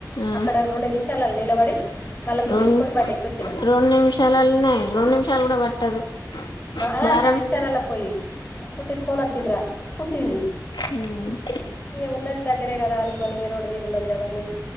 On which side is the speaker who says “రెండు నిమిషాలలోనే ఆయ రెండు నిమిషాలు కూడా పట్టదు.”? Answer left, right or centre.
Left